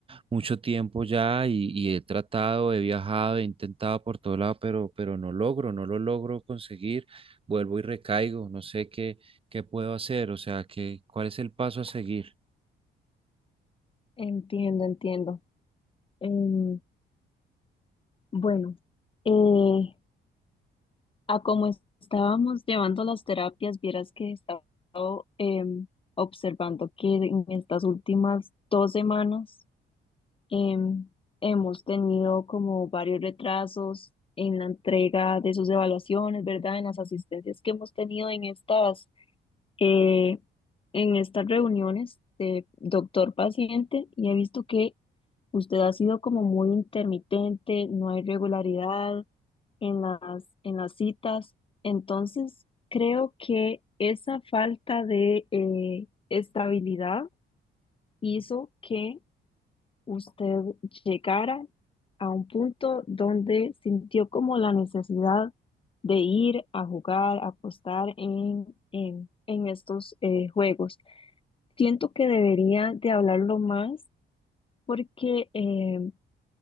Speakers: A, on the right (about 25°); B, on the left (about 25°).
A: mucho tiempo ya y, y he tratado, he viajado, he intentado por todo lado, pero, pero no logro, no lo logro conseguir. Vuelvo y recaigo, no sé qué, qué puedo hacer, o sea, qué, ¿cuál es el paso a seguir?
B: Entiendo, entiendo. Em, Bueno, eh, a como estábamos llevando las terapias, vieras que he estado em, observando que en estas últimas dos semanas em, hemos tenido como varios retrasos en la entrega de sus evaluaciones, ¿verdad? En las asistencias que hemos tenido en estas, eh, en estas reuniones de doctor-paciente y he visto que usted ha sido como muy intermitente, no hay regularidad en las, en las citas. Entonces, creo que esa falta de eh, estabilidad hizo que usted llegara a un punto donde sintió como la necesidad de ir a jugar, a apostar en, en, en estos eh, juegos. Siento que debería de hablarlo más porque eh,